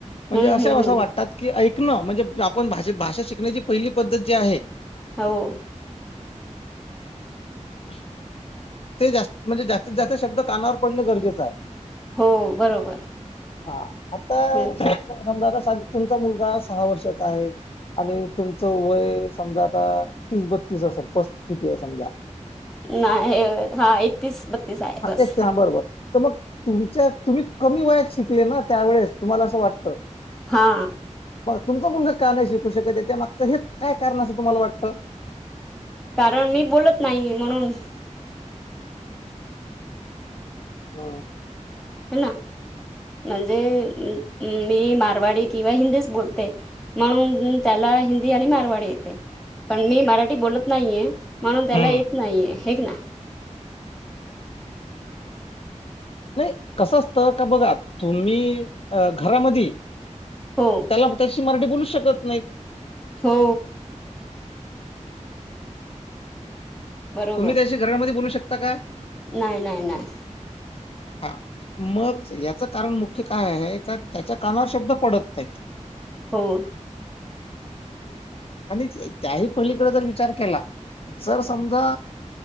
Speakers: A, on the left (about 50°); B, in the centre.
A: म्हणजे
B: हम्म
A: अशा
B: हम्म
A: असं
B: हम्म
A: वाटतात. की ऐकणं म्हणजे आपण भाषे भाषा शिकण्याची पहिली पद्धत जी आहे.
B: हो.
A: <unintelligible> ते जास्त म्हणजे जास्तीत जास्त शब्द कानावर पडणे गरजेचं आहे.
B: हो बरोबर.
A: हा आता
B: हम्म
A: समजा आता तुमचा मुलगा सहा वर्षाचा आहे. आणि तुमचं वय समजा आता तीस बत्तीस वर्षात पस्त किती आहे समजा.
B: नाही हा एकतीस बत्तीस आहे
A: हा
B: बस
A: एक ते हा बरोबर. तर मग तुमच्या तुम्ही कमी वयात शिकले ना त्यावेेळेस तुम्हाला असं वाटतं.
B: हा
A: मग तुमचं मुलंग का नाही शिकू शकत त्याच्या मागचं हेच काय कारण असं तुम्हाला वाटतं.
B: कारण मी बोलत नाही म्हणून
A: ह.
B: ह ना म्हणजे मी मारवाडी किंवा हिंदीच बोलते. म्हणून त्याला हिंदी आणि मारवाडी येते पण मी मराठी बोलत नाहीये. म्हणून त्याला
A: हम्म.
B: येत नाही हे ना.
A: नाही कसं असत का बघा तुम्ही अ घरामध्ये
B: हो.
A: त्या त्याशी मराठी बोलू शकत नाही.
B: हो बरोबर
A: तुम्ही त्याशी घरामध्ये बोलू शकता का
B: नाही नाही नाही
A: हा मग याचं कारण मुख्य काय आहे त्याच्या कानावर शब्द पडत नाहीत
B: हम्म
A: आणि त्याही पलीकडे जर विचार केला जर समजा